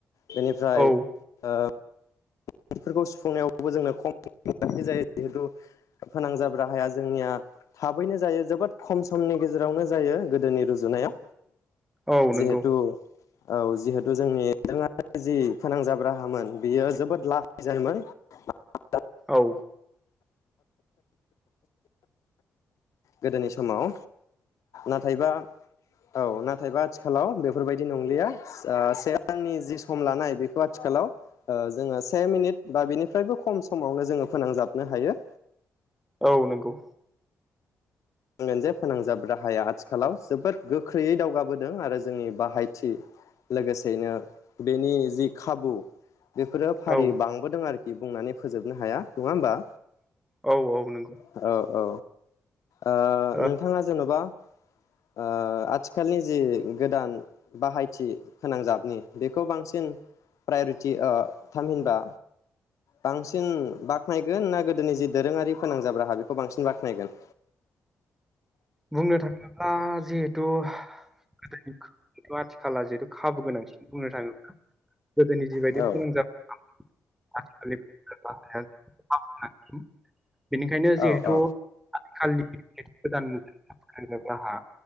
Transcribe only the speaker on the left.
बेनिफ्राय
ओ बेफोरखौ सुफुंनायावबो जोंनो खम <unintelligible> जायो जिहेतु फोनांजाब राहाया जोंनिया थाबैनो जायो जोबोद खम समनि गेजेरावनो जायो गोदोनि रुजुनायाव।
जिहेतु औ जिहेथु जोंनि <unintelligible> जि फोनांजाब राहामोन बियो जोबोद ला <unintelligible>
गोदोनि समाव नाथायबा औ नाथायबा आथिखालाव बेफोरबायदि नंलिया ओ से रांनि जि सम लानाय बेखौ आथिखालाव ओ जोङो से मिनिट बा बेनिफ्रायबो खम समावनो जोङो फोनांजाबनो हायो।
बुंगोन जे फोनांजाब राहाया आथिखालाव जोबोद गोख्रैयै दावगाबोदों आरो जोंनि बाहायथि लोगोसेयैनो बेनि जि खाबु बेफोरो फारि
बांबोदों आरो खि बुंनानै फोजोबनो हाया नङा होमबा
औ औ ओ
नोंथाङा जेन'बा ओ आथिखालनि जि गोदान बाहायथि फोनांजाबनि बेखौ बांसिन प्रायरिटि ओ थामहिनबा बांसिन बाख्नायगोन ना गोदोनि जि दोरोङारि फोनांजाब्रा हा बेखौ बांसिन बाख्नायगोन?
औ
औ औ